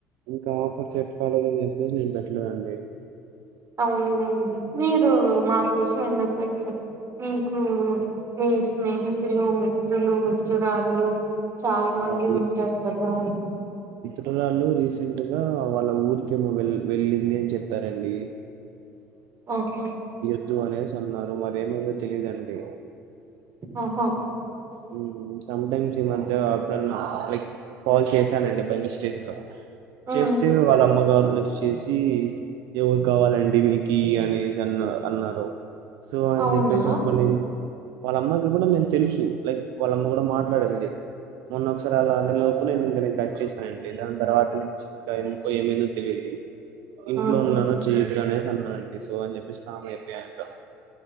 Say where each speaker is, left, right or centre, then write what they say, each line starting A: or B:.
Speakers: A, on the right; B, on the right.
A: ఇంకా ఆఫర్ సెట్ కాలదని చెప్పేసి నేను పెట్టలేదండి
B: అవున్ లేన్డి మీరు మా కోసం ఎందు పెడ్తార్ మీకు మీ స్నేహితు మిత్రులు మిత్రులు మిత్రురాళ్ళు చాలా మంది
A: వాళ్ళు
B: ఉంటారు కదా
A: చట్టరాళ్ళు రీసెంట్ గా వాళ్ళ ఊరికేమో వెల్ వెళ్ళింది అని చెప్పారండి
B: ఆ హా
A: వద్దు అనేసి అన్నారు మరి ఏమైందో తెలీదండి
B: ఆ హా
A: హ్మ్ సంటైమ్స్ ఈ మధ్య అప్పుడన్నా లైక్ కాల్ చేశానండి బై మిస్టేక్
B: హ్మ్.
A: చేస్తే వాళ్ళమ్మగారు మనిష చేసి ఎవరు కావాలండి మీకీ అనేసి అన్నారు అన్నారు సో అని
B: అవునా
A: చెప్పేసి అప్పుడనుంచి వాళ్ళమ్మకి కూడా నేను తెలుసు లైక్ వాళ్ళమ్మ కూడా మాట్లాడంది మొన్న ఒకసారి అలా అనే లోపు నేను ఇంక నేను కట్ చేశానండి దాని తర్వాత నుంచి ఇంకా ఎందుకో ఏమైందో తెలియదు ఇంట్లో
B: ఆహా
A: ఉన్నాను చెయ వద్దు అనేసి అన్నాదండి సో అని చెప్పేసి కామ్ అయిపోయాయింకా